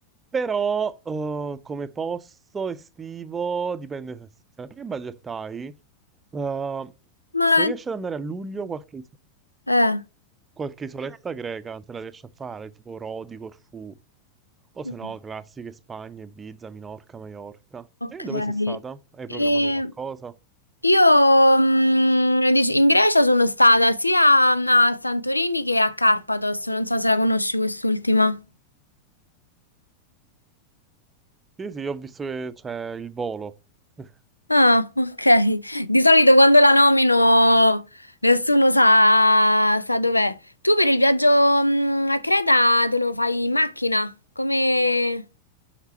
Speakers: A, on the right; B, on the left.
A: Però, eh, come posto estivo, dipende se- se- che budget hai. Eh,
B: Ma...
A: se riesci ad andare a luglio, qualche
B: Eh.
A: Qualche isoletta greca te la riesci a fare, tipo Rodi, Corfù, o se
B: Mm.
A: no classiche Spagna, Ibiza, Minorca, Maiorca.
B: Ok.
A: E dove sei stata? Hai
B: E
A: programmato qualcosa?
B: io mm, dic- in Grecia sono stata sia a Santorini che a Carpathos. Non so se la conosci quest'ultima.
A: Sì, sì, ho visto che c'è il volo. <laughs>
B: Ah, ok. Di solito quando la nomino nessuno sa, sa dov'è. Tu per il viaggio mm, a Creta te lo fai in macchina? Come